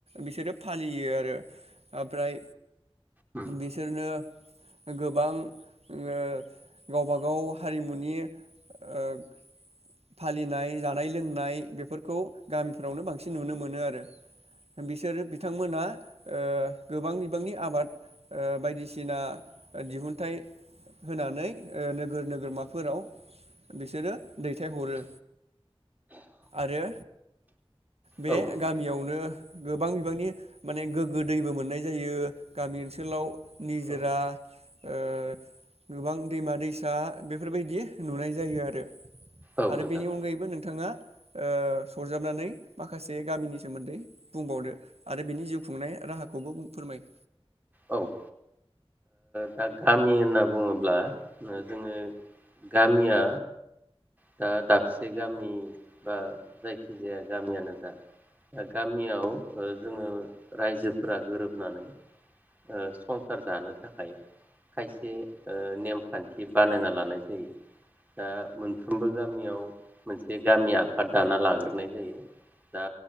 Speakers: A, on the right; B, on the right.
A: बिसोरो फालियो आरो ओमफ्राय
B: उम,
A: बिसोरनो गोबां उमओ गावबागाव हारिमुनि ओह फालिनाय जानाय लोंनाय बेफोरखौ गामिफ्रावनो बांसिन नुनो मोनो आरो बिसोरो बिथांमोना ओह गोबां बिबांनि आबाद ओह बायदिसिना दिहुनथाइ होनानै ओ नोगोर नोगो गोरमाफोराव बिसोरो दैथायहरो। आरो बे
B: औ नोंथां
A: गामियावनो गोबां बिबांनि माने गोग्गो दैबो मोननाय जायो गामि ओनसोलाव निजोरा
B: औ
A: ओह गोबां दैमा दैसा बेफोरबायदि नुनाय जायो आरो।
B: औ
A: आरो
B: नोंथां
A: बेनि अनगायैबो नोंथाङा ओह सरजाबनानै माखासे गामिनि सोमोन्दै बुंबावदो आरो बिनि जिउ खुंनाय राहाखौबो फोरमाय
B: औ ओह दा गामि होनना बुङोब्ला जोङो गामिया दा दाबसे गामि बा जायखिजाया गामियानो जा दा गामियाव जोङो रायजोफोरा गोरोबनानै ओह सरकार दानो थाखाय खायसे ओह नेमखान्थि बानायना लानाय जायो दा मोनफ्रोमबो गामियाव मोनसे गामि आफाद दाना लाग्रोनाय जायो दा